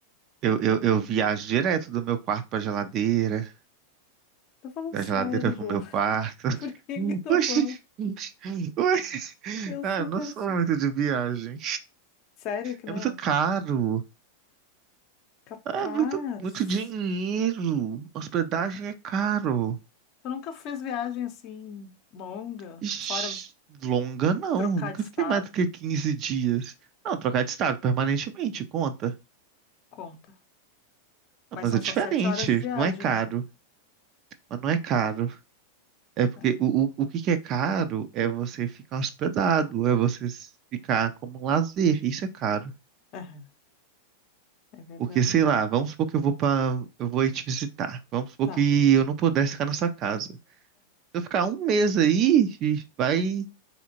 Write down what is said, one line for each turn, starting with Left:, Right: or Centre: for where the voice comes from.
Right: eu, eu, eu viajo direto do meu quarto pra geladeira,
Left: Tô falando
Right: da
Left: sério,
Right: geladeira pro
Left: Ju.
Right: meu
Left: <laughs>
Right: quarto.
Left: Por que
Right: <laughs>
Left: que tu
Right: Oxi!
Left: fala?
Right: Ué,
Left: Eu
Right: ah,
Left: super
Right: eu não sou
Left: sei.
Right: muito de viagem.
Left: Sério que não?
Right: É muito caro.
Left: Capaz.
Right: Ah, muito, muito dinheiro. Hospedagem
Left: Capaz.
Right: é caro.
Left: Tu nunca fez viagem assim longa,
Right: Ixi,
Left: fora v-
Right: Longa não,
Left: trocar
Right: nunca
Left: de estado?
Right: fiquei mais do que 15 dias. Não, trocar de estado permanentemente, conta.
Left: Conta. Mas
Right: Não, mas
Left: são
Right: é
Left: só
Right: diferente,
Left: sete horas de viagem,
Right: não é caro,
Left: né?
Right: mas não é caro. É porque
Left: É,
Right: o, o, o que que é caro é você ficar hospedado, é você s- ficar como um lazer, isso é caro.
Left: Aham. É verdade.
Right: Porque, sei lá, vamos supor que eu vou para eu vou ir te visitar, vamos supor
Left: Tá.
Right: que eu não pudesse ficar na sua casa. Se eu ficar um mês aí, ixi, vai,